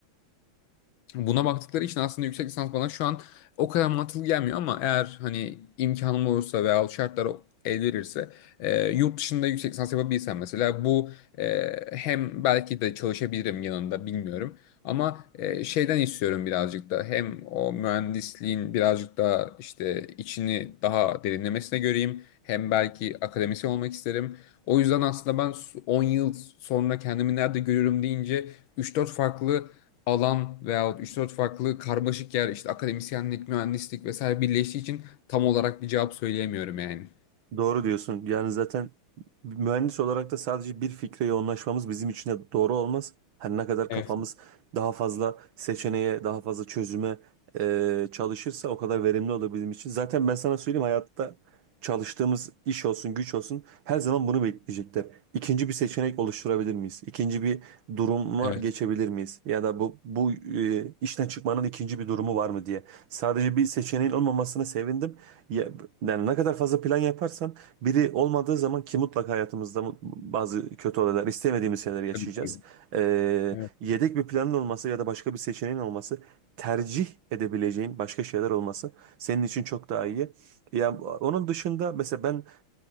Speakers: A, on the left; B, on the right.
A: Buna baktıkları için aslında yüksek lisans bana şu an o kadar mantıklı gelmiyor ama eğer hani imkanım olursa veya şartlar el verirse e, yurt dışında yüksek lisans yapabilsem mesela bu e, hem belki de çalışabilirim yanında bilmiyorum ama e, şeyden istiyorum birazcık da hem o mühendisliğin birazcık daha işte içini daha derinlemesine göreyim hem belki akademisyen olmak isterim. O yüzden aslında ben 10 yıl sonra kendimi nerede görüyorum deyince 3-4 farklı alan veya üç dört farklı karmaşık yer işte akademisyenlik, mühendislik vesaire birleştiği için tam olarak bir cevap söyleyemiyorum yani.
B: Doğru diyorsun. Yani zaten mühendis olarak da sadece bir fikre yoğunlaşmamız bizim için de doğru olmaz. Her ne kadar
A: Evet,
B: kafamız daha fazla seçeneğe, daha fazla çözüme e, çalışırsa o kadar verimli olur bizim için. Zaten ben sana söyleyeyim hayatta çalıştığımız iş olsun, güç olsun her zaman bunu bekleyecekler. İkinci bir seçenek oluşturabilir miyiz? İkinci bir duruma
A: evet.
B: geçebilir miyiz? Ya da bu bu e, işten çıkmanın ikinci bir durumu var mı diye. Sadece bir seçeneğin olmamasına sevindim. Ya, yani ne kadar fazla plan yaparsan biri olmadığı zaman ki mutlaka hayatımızda mu- bazı kötü olaylar istemediğimiz şeyler yaşayacağız.
A: Tabii tabii.
B: Ee,
A: Evet.
B: yedek bir planın olması ya da başka bir seçeneğin olması tercih edebileceğin başka şeyler olması senin için çok daha iyi. Ya onun dışında mesela ben